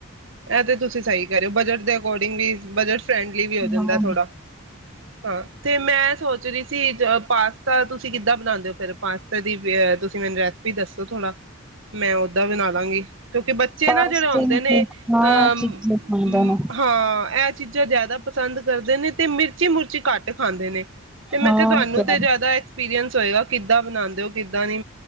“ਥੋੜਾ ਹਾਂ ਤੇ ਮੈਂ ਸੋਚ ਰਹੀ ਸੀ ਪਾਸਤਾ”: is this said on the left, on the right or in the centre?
Right